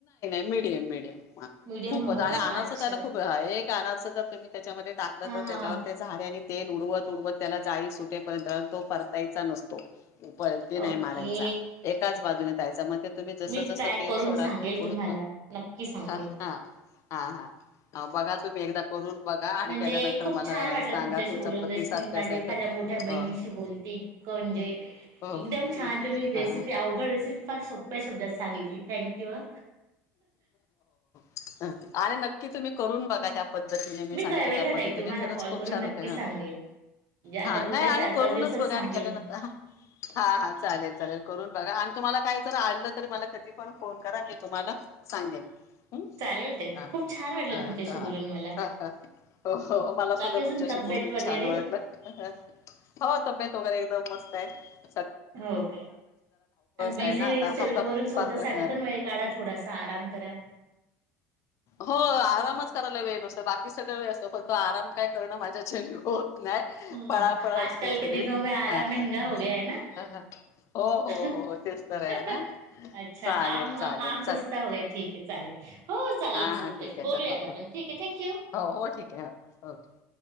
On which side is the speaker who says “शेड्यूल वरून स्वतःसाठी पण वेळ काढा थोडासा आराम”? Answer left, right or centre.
Right